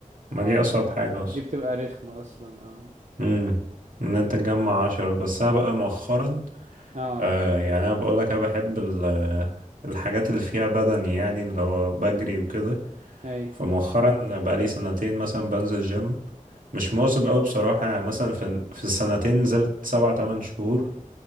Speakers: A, on the right; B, on the right.
A: ما
B: اه
A: دي اصعب
B: فدي
A: حاجه اصلا
B: بتبقى رخمة اصلا اه
A: امم ان انت تجمع عشرة بس انا بقى مؤخرا
B: اه
A: آه يعني انا بقول لك انا بحب ال- الحاجات اللي فيها بدن يعني اللي هو بجري وكده
B: اي
A: فمؤخرا بقى لي سنتين مثلا بنزل جيم مش مواظب قوي بصراحة يعني مثلا في في السنتين نزلت سبع تمن شهور